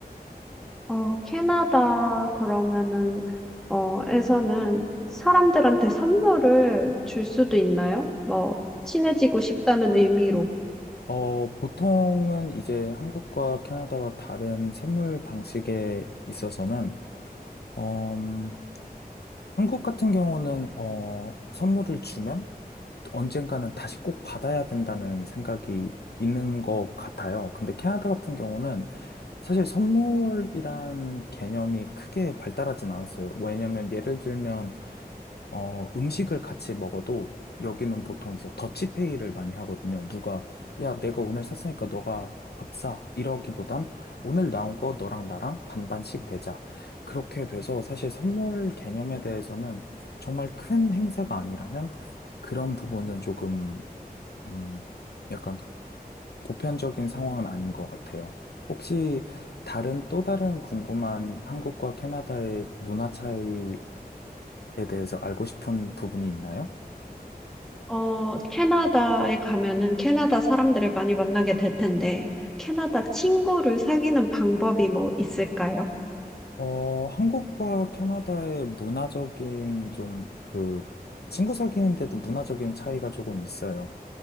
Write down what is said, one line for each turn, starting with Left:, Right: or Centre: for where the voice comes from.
Centre: 어, 캐나다 그러면은 어, 에서는 사람들한테 선물을 줄 수도 있나요? 뭐 친해지고 싶다는 의미로.
Left: 어, 보통은 이제 한국과 캐나다와 다른 선물 방식에 있어서는 음, 한국 같은 경우는 어, 선물을 주면 언젠가는 다시 꼭 받아야 된다는 생각이 있는 것 같아요. 근데 캐나다 같은 경우는 사실 선물이란 개념이 크게 발달하진 않았어요. 왜냐면 예를 들면 어, 음식을 같이 먹어도 여기는 보통 이제 더치페이를 많이 하거든요. 누가, 야, 내가 오늘 샀으니까 너가 밥 사. 이러기보단 오늘 나온 거 너랑 나랑 반반씩 내자. 그렇게 돼서 사실 선물 개념에 대해서는 정말 큰 행사가 아니라면 그런 부분은 조금, 음, 약간 보편적인 상황은 아닌 것 같아요. 혹시 다른 또 다른 궁금한 한국과 캐나다의 문화 차이에 대해서 알고 싶은 부분이 있나요?
Centre: 어, 캐나다에 가면은 캐나다 사람들을 많이 만나게 될 텐데 캐나다 친구를 사귀는 방법이 뭐 있을까요?
Left: 어, 한국과 캐나다의 문화적인 좀 그 친구 사귀는데도 문화적인 차이가 조금 있어요.